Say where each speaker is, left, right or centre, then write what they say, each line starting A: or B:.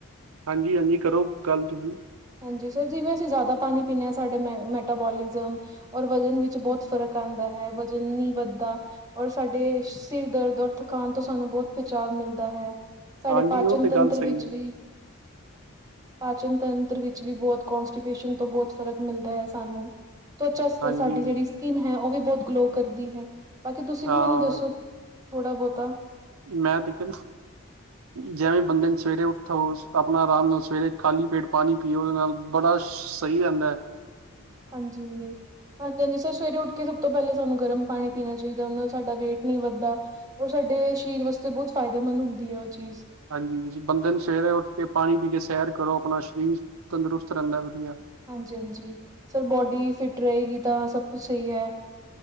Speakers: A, on the right (about 80°); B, on the right (about 15°).
A: ਹਾਂਜੀ-ਹਾਂਜੀ ਕਰੋ ਗੱਲ ਤੁਹੀ
B: ਹਾਂਜੀ ਸਰ, ਜਿਵੇਂ ਅਸੀਂ ਜ਼ਿਆਦਾ ਪਾਣੀ ਪੀਂਣੇ ਆਂ ਸਾਡੇ ਮ ਮੈਟਾਬੋਲਿਜ਼ਮ ਔਰ ਵਜ਼ਨ ਵਿੱਚ ਬਹੁਤ ਫ਼ਰਕ ਆਂਦਾ ਹੈ, ਵਜ਼ਨ ਨੀਂ ਵੱਧਦਾ। ਔਰ ਸਾਡੇ ਸਿਰ ਦਰਦ ਔਰ ਥਕਾਨ ਤੋਂ ਸਾਨੂੰ ਬਹੁਤ ਬਚਾਵ ਮਿਲਦਾ ਹੈ। ਸਾਡੇ
A: ਹਾਂਜੀ
B: ਪਾਚਨ
A: ਉਹ ਤੇ
B: ਤੰਤਰ
A: ਗੱਲ ਸਹੀ
B: ਵਿੱਚ
A: ਹੈ,
B: ਵੀ, ਪਾਚਨ ਤੰਤ ਵਿੱਚ ਵੀ ਬਹੁਤ ਕੋਂਸਟੀਪੇਸ਼ਨ ਤੋਂ ਬੋਤ ਫ਼ਰਕ ਮਿਲਦਾ ਐ ਸਾਨੂੰ ਤਵਚਾ ਸ
A: ਹਾਂਜੀ,
B: ਸਾਡੀ ਜੇੜੀ ਸਕਿੰਨ ਹੈ ਉਹ ਵੀ ਬਹੁਤ ਗਲੋ ਕਰਦੀ ਹੈ, ਬਾਕੀ ਤੁਸੀਂ
A: ਹਾਂ।
B: ਵੀ ਮੈਨੂੰ ਦੱਸੋ ਥੋੜ੍ਹਾ ਬੋਤਾ
A: ਮੈਂ ਤੇ ਕਿ ਜਿਵੇਂ ਬੰਦੇ ਨੇ ਸਵੇਰੇ ਉੱਠੋ ਆਪਣਾ ਰਾਮ ਨਾਲ ਸਵੇਰੇ ਖਾਲੀ ਪੇਟ ਪਾਣੀ ਪੀਓ ਓਦੇ ਨਾਲ ਬੜਾ ਸ਼ ਸਈ ਰੈਂਦਾ।
B: ਹਾਂਜੀ। ਹਾਂਜੀ, ਹਾਂਜੀ ਸਰ ਸਵੇਰੇ ਉੱਠ ਕੇ ਸਭ ਤੋਂ ਪੈਲੇ ਸਾਨੂੰ ਗਰਮ ਪਾਣੀ ਪੀਣਾ ਚਾਈਦਾ ਓਨਾਂ ਨਾ ਸਾਡਾ ਵੇਟ ਨਈਂ ਵਧਦਾ। ਔਰ ਸਾਡੇ ਸਰੀਰ ਵਾਸਤੇ ਬੋਤ ਫਾਇਦੇਮੰਦ ਹੁੰਦੀ ਐ ਓ ਚੀਜ਼।
A: ਹਾਂਜੀ ਜੀ ਬੰਦੇ ਨੂੰ ਸਵੇਰੇ ਉੱਠ ਕੇ ਪਾਣੀ ਪੀ ਕੇ ਸੈਰ ਕਰੋ ਆਪਣਾ, ਸਰੀਰ ਤੰਦਰੁਸਤ ਰੈਂਦਾ ਵਧੀਆ।
B: ਹਾਂਜੀ ਹਾਂਜੀ, ਸਰ ਬੋਡੀ ਫਿਟ ਰਏਗੀ ਤਾਂ ਸਭ ਕੁਛ ਸਈ ਐ।